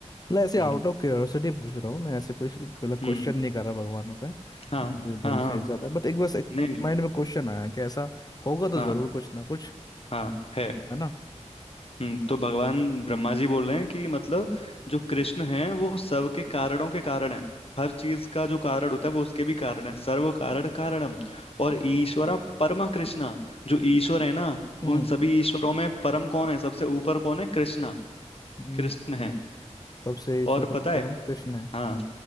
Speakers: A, on the left; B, on the left.
A: मतलब ऐसे आउट
B: हम्म
A: ऑफ क्यूरियोसिटी पूछ रहा हूँ मैं ऐसे कुछ मतलब
B: हम्म
A: क्वेश्चन नहीं कर रहा भगवानों पे
B: हाँ
A: अपने दिल
B: हाँ हाँ
A: से इज्जत है बट एक बस एक
B: नहीं नहीं
A: माइंड में क्वेश्चन आया कि ऐसा होगा तो
B: हाँ
A: जरूर कुछ ना कुछ
B: हाँ है
A: है ना
B: हम्म, तो भगवान ब्रह्मा जी बोल रहे हैं कि मतलब जो कृष्ण हैं वो सबके कारणों के कारण हैं हर चीज का जो कारण होता है वो उसके भी कारण है सर्व कारण कारणम और ईश्वरा परमा कृष्णा जो ईश्वर है ना
A: हम्म
B: उन सभी ईश्वरों में परम कौन है सबसे ऊपर कौन है कृष्णा
A: हम्म,
B: कृष्ण है
A: तब से ईश्वर
B: और पता
A: में
B: है
A: परम कृष्ण है
B: हाँ